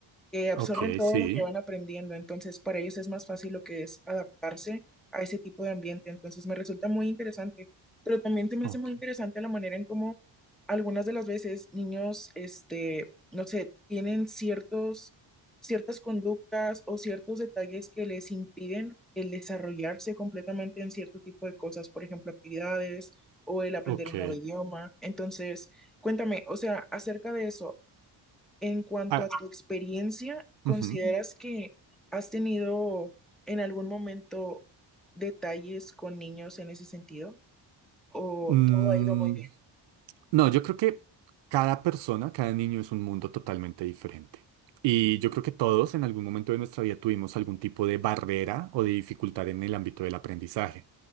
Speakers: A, in the centre; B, on the right.
A: que absorben
B: ok,
A: todo
B: sí.
A: lo que van aprendiendo, entonces para ellos es más fácil lo que es adaptarse a ese tipo de ambiente, entonces me resulta muy interesante, pero también se me
B: Ok,
A: hace muy interesante la manera en cómo algunas de las veces niños, este, no sé, tienen ciertos, ciertas conductas o ciertos detalles que les impiden el desarrollarse completamente en cierto tipo de cosas, por ejemplo, actividades o el aprender
B: ok.
A: un nuevo idioma, entonces... Cuéntame, o sea, acerca de eso, en cuanto
B: Ah,
A: a tu experiencia, ¿consideras
B: ujú.
A: que has tenido en algún momento detalles con niños en ese sentido? ¿O
B: Mm,
A: todo ha ido muy bien?
B: No, yo creo que cada persona, cada niño es un mundo totalmente diferente. Y yo creo que todos en algún momento de nuestra vida tuvimos algún tipo de barrera o de dificultad en el ámbito del aprendizaje.